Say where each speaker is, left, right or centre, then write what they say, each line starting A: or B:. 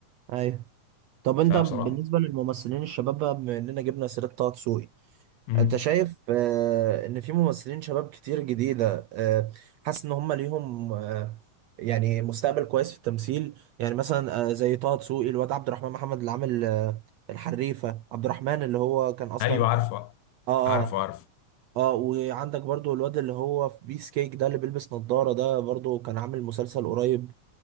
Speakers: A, on the right (about 80°); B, on the left (about 90°).
A: ايوه طب
B: فبصراحه
A: انت بالنسبه للممثلين الشباب بقى بما اننا جبنا سيره طه دسوقي
B: امم
A: انت شايف آه ان في ممثلين شباب كتير جديده آه حاسس ان هم ليهم آه يعني مستقبل كويس في التمثيل يعني مثلا آه زي طه دسوقي الواد عبد الرحمن محمد اللي عامل آه الحريفه عبد الرحمن اللي هو كان اصلا
B: ايوه عارفه
A: اه
B: عارفه
A: اه
B: عارفه
A: اه وعندك برضو الواد اللي هو في بيس كيك ده اللي بيلبس نظاره ده برضو كان عامل مسلسل قريب